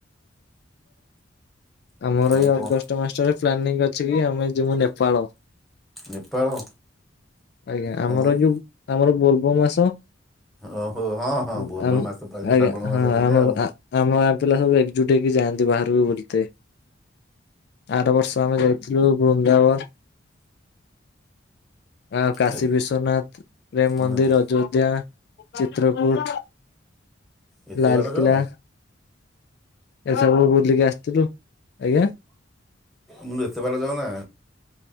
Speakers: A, on the left; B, in the centre.
A: ଆମର
B: ଆଉ
A: ଏଇ
B: କଣ
A: ଅଗଷ୍ଟ ମାସଟା ରେ ପ୍ଲାନିଂ ଅଛି କି ଆମେ ଯିବୁ ନେପାଳ।
B: ନେପାଳ?
A: ଆଜ୍ଞା, ଆମର
B: କଣ ପାଇଁ?
A: ଯୋଉ ଆମର ବୋଲବ ମାସ
B: ଓହୋ ହଁ ହଁ
A: ଉଁ
B: ବୋଲବମ୍
A: ଆମ୍
B: ମାସ ତ ପଳେଇ ଆସିବ
A: ଆଜ୍ଞା
B: ଶ୍ରାବଣ ମାସ
A: ହଁ
B: ଆସିଲେ
A: ଆମର
B: ଆଉ
A: ଆ ଆମ ଗାଁ ପିଲା ସବୁ ଏକଜୁଟ ହେକି ଯାଆନ୍ତି ବାହାରକୁ ବୁଲିତେ। ଆର ବର୍ଷ ଆମେ ଯାଇଥିଲୁ ବୃନ୍ଦାବନ। ଆଉ କାଶୀ
B: ଏଇ
A: ବିସ୍ଵନାଥ, ପ୍ରେମ ମନ୍ଦିର,
B: ଅନାରେ
A: ଅଯୋଧ୍ୟା, ଚିତ୍ରକୁୂଟ।
B: ଏତେ
A: ଲାଲକିଲ୍ଲା।
B: ବାଟ ଯାଅ
A: ଏସବୁ ବୁଲିକି ଆସିଥିଲୁ, ଆଜ୍ଞା?
B: ମୁଁ ଏତେ ବାଟ ଯାଅ ନା?